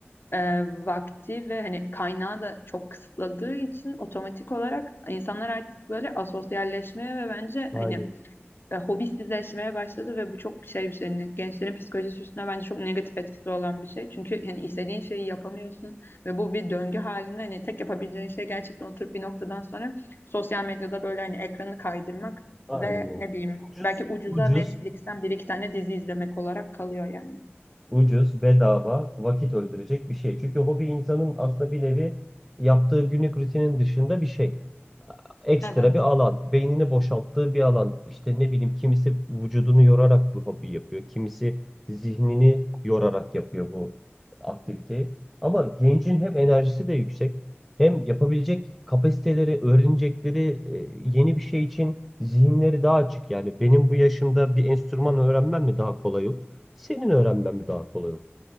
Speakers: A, on the left; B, in the centre.
A: e, vakti ve hani kaynağı da çok kısıtladığı için otomatik olarak insanlar artık böyle asosyalleşmeye ve bence
B: Aynen.
A: hani e, hobisizleşmeye başladı ve bu çok şey bir şey. Yani Gençlerin psikolojisi üstüne bence çok negatif etkisi olan bir şey. Çünkü yani istediğin şeyi yapamıyorsun ve bu bir döngü halinde hani tek yapabileceğin şey gerçekten oturup bir noktadan sonra sosyal medyada böyle hani ekranı kaydırmak
B: Aynen
A: ve
B: öyle.
A: ne bileyim
B: Ucuz,
A: belki ucuza
B: ucuz.
A: Netflix'ten bir iki tane dizi izlemek olarak kalıyor yani.
B: ucuz, bedava, vakit öldürecek bir şey. Çünkü hobi insanın aslında bir nevi yaptığı günlük rutinin dışında bir şey. Ekstra
A: Evet.
B: bir alan, beynini boşalttığı bir alan. İşte ne bileyim kimisi vücudunu yorarak bu hobi yapıyor. Kimisi zihnini yorarak yapıyor bu aktiviteyi. Ama gencin hem enerjisi de yüksek, hem yapabilecek kapasiteleri, öğrenecekleri e, yeni bir şey için zihinleri daha açık. Yani benim bu yaşımda bir enstrüman öğrenmem mi daha kolay olur? Senin öğrenmen mi daha kolay olur?